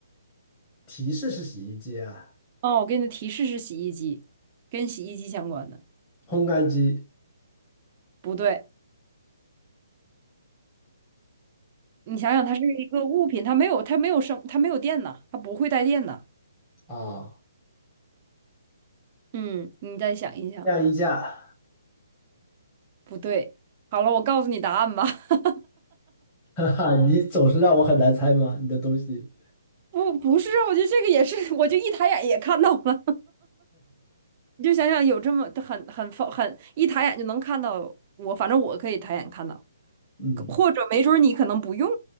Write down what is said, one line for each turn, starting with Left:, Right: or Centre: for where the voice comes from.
Left: 提示是洗衣机啊，
Right: 哦，我给你的提示是洗衣机，跟洗衣机相关的。
Left: 烘干机
Right: 不对，你想想，它是一个物品，它没有，它没有生，它没有电呐，它不会带电呐。
Left: 啊，
Right: 嗯，你再想一想，
Left: 晾衣架，
Right: 不对。好了，我告诉你答案吧。<laughs>
Left: <laughs> 哈哈，你总是让我很难猜吗？你的东西，
Right: 不，不是，啊，我觉得这个也是，我就一抬眼也看到了。<laughs> 你就想想，有这么很很很一抬眼就能看到我，反正我可以抬眼看到。
Left: 嗯，
Right: 或者没准儿你可能不用，